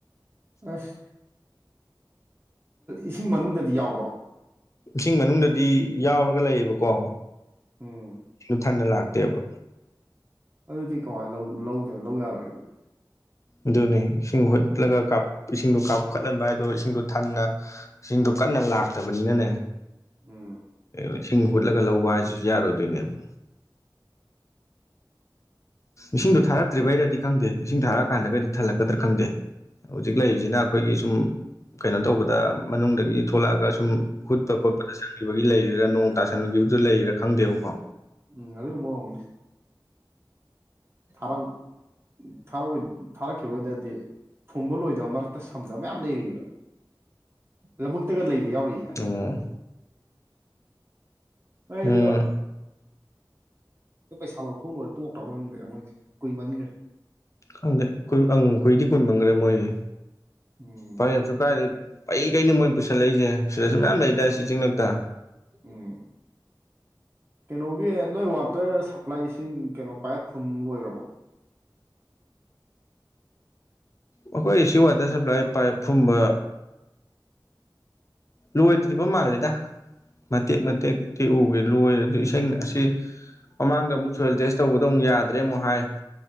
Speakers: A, on the right (about 30°); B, on the left (about 40°).
A: ꯑꯁ ꯏꯁꯤꯡ ꯃꯅꯨꯡꯗꯗꯤ ꯌꯥꯎꯕ꯭ꯔꯣ
B: ꯏꯁꯤꯡ ꯃꯅꯨꯡꯗꯗꯤ ꯌꯥꯎꯔꯒ ꯂꯩꯌꯦꯕꯀꯣ
A: ꯎꯝ
B: ꯊꯅ ꯂꯥꯛꯇꯦꯕ
A: ꯑꯗꯨꯗꯤ ꯀꯃꯥꯏꯅ ꯂꯧꯗꯣꯏꯅꯣ ꯂꯧ ꯌꯥꯔꯣꯏ ꯑꯗꯨꯗꯤ
B: ꯑꯗꯨꯅꯤ ꯏꯁꯤꯡ ꯍꯨꯠꯂꯒ ꯏꯁꯤꯡꯗꯣ ꯀꯥꯞꯈꯠꯍꯟꯕ ꯍꯥꯏꯗꯣ ꯏꯁꯤꯡꯗꯣ ꯊꯟꯅ ꯁꯤꯡꯗꯣ ꯀꯟꯅ ꯂꯥꯛꯇꯕꯅꯤꯅꯅꯦ
A: ꯎꯝ
B: ꯂꯤꯁꯤꯡ ꯍꯨꯠꯂꯒ ꯂꯧꯕ ꯍꯥꯏꯁꯤꯁꯨ ꯌꯥꯔꯣꯏꯗꯣꯏꯅꯦꯕ ꯏꯁꯤꯡꯗꯣ ꯊꯥꯔꯛꯇ꯭ꯔꯤꯕꯩꯔꯗꯤ ꯈꯪꯗꯦ ꯏꯁꯤꯡ ꯊꯥꯔꯛꯑꯀꯥꯟꯗꯒꯗꯤ ꯊꯜꯂꯛꯀ꯭ꯔ ꯈꯪꯗꯦ ꯍꯧꯖꯤꯛ ꯂꯩꯔꯤꯁꯤꯅ ꯑꯩꯈꯣꯏꯒꯤ ꯁꯨꯝ ꯀꯩꯅꯣ ꯇꯧꯕꯗ
A: ꯎꯝ
B: ꯃꯅꯨꯡꯗꯒꯤ ꯊꯣꯛꯂꯛꯑꯒ ꯁꯨꯝ ꯍꯨꯠꯄ ꯈꯣꯠꯄꯗ ꯆꯪꯈꯤꯕꯒꯤ ꯂꯩꯔꯤꯔꯥ ꯅꯣꯡ ꯇꯥꯁꯟꯨꯈꯤꯕꯗꯨ ꯂꯩꯔꯤꯔꯥ ꯈꯪꯗꯦꯕꯀꯣ
A: ꯎꯝ ꯑꯗꯨꯒꯨꯝꯕ ꯑꯣꯏꯔꯝꯒꯅꯤ ꯊꯥꯔꯪ ꯊꯥꯔꯛꯑꯣꯏ ꯊꯥꯔꯛꯇꯤꯔꯣꯏꯗꯗꯤ ꯐꯨꯝꯕ ꯂꯣꯏꯗꯕ ꯃꯔꯛꯇ ꯊꯝꯗꯕ ꯃꯌꯥꯝ ꯂꯩꯔꯤꯑꯕ ꯂꯧꯕꯨꯛꯇꯒ ꯂꯩꯕ ꯌꯥꯎꯔꯤ ꯑꯅꯤ
B: ꯑꯣ
A: ꯑꯍꯨꯝ ꯍꯣꯏꯗꯨ
B: ꯎꯝ
A: ꯅ ꯄꯩꯁꯥ ꯂꯧꯊꯣꯛꯂꯣꯏꯦ ꯇꯣꯛꯈ꯭ꯔꯕ ꯈꯪꯗꯦ ꯃꯣꯏꯦ ꯀꯨꯏꯃꯟꯈ꯭ꯔꯦ
B: ꯈꯪꯗꯦ ꯑꯈꯨꯏꯗꯤ ꯀꯣꯏꯏꯃꯪꯈ꯭ꯔꯦ ꯃꯣꯏꯗꯤꯦ
A: ꯎꯝ
B: ꯐꯔꯦꯞꯁꯨ ꯀꯥꯏꯔꯦ ꯑꯩ ꯀꯩꯅ ꯃꯣꯏ ꯄꯨꯁꯜꯂꯛꯏꯁꯦ ꯁꯤꯗꯁꯨ ꯃꯌꯥꯝ ꯂꯩꯗ
A: ꯎꯝ
B: ꯁꯤ ꯆꯤꯡꯂꯛꯇ
A: ꯎꯝ ꯀꯩꯅꯣꯒꯤ ꯅꯣꯏ ꯋꯥꯇꯔ ꯁꯄ꯭ꯂꯥꯏꯁꯤꯡ ꯀꯩꯅꯣ ꯄꯥꯏꯞ ꯐꯨꯝ ꯂꯣꯏꯔꯕꯣ
B: ꯑꯩꯈꯣꯏ ꯁꯤ ꯋꯥꯇꯔ ꯁꯄ꯭ꯂꯥꯏ ꯄꯥꯏꯞ ꯐꯨꯝꯕ ꯂꯣꯏꯗ꯭ꯔꯤꯕ ꯃꯥꯜꯂꯦꯗ ꯃꯇꯦꯛ ꯃꯇꯦꯛ ꯇꯦꯛ ꯎꯒꯦ ꯂꯣꯏ ꯑꯁꯤ ꯃꯃꯥꯡꯗ ꯑꯃꯨꯛ ꯁꯣꯏꯌꯦꯜ ꯇꯦꯁ ꯇꯧꯕꯗ ꯑꯃꯨꯛ ꯌꯥꯗ꯭ꯔꯦ ꯑꯃꯨꯛ ꯍꯥꯏ